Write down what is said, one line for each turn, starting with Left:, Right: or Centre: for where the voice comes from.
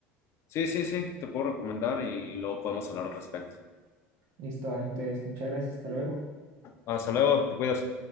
Left: Sí, sí, sí, te puedo recomendar y luego podemos hablar al respecto.
Right: Listo, vale, entonces, muchas gracias, hasta luego.
Left: Hasta luego, te cuidas.